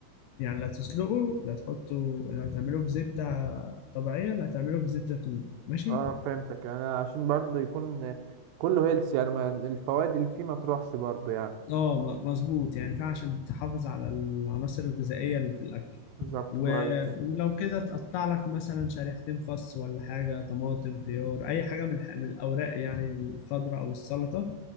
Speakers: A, on the left; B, on the right.
A: يعني لا تسلقه لا تحطه لا تعمله بزبدة طبيعية لا تعمله بزيت زيتون ماشي
B: اه فهمتك انا عشان برضه يكون كله هيلث يعني ما الفوائد اللي فيه ما تروحش برضه يعني
A: اه م- مظبوط يعني فعشان تحافظ على العناصر الغذائية اللي في الاكل
B: بالظبط
A: و-
B: كويس
A: ولو كده تقطع لك مثلا شريحتين خس ولا حاجة طماطم خيار أي حاجة من الح- من الأوراق يعني الخضراء أو السلطة